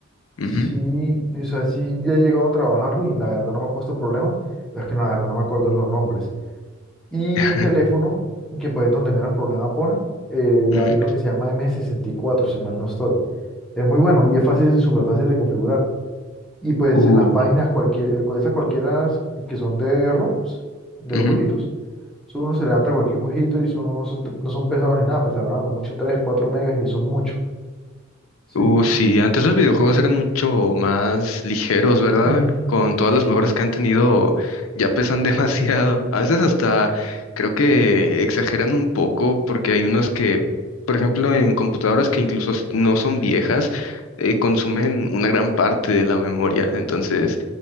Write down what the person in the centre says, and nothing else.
si, o sea, si ya he llegado a trabajarlo y la verdad no me ha puesto problema, es que la verdad no me acuerdo los nombres. Y
en teléfono, que pues es donde menos problema pone, eh,
hay uno que se llama M64, si mal no estoy. Es muy bueno y es fácil, súper fácil de configurar. Y pues
en las páginas cualquier, eh, esas cualquiera que son de ROMs, de
los jueguitos, eso uno se levanta cualquier jueguito y eso no no son, no son pesados ni nada, pesaban a lo mucho 3 4 megas y eso es mucho, ¿sí?
<clears throat>
Sí,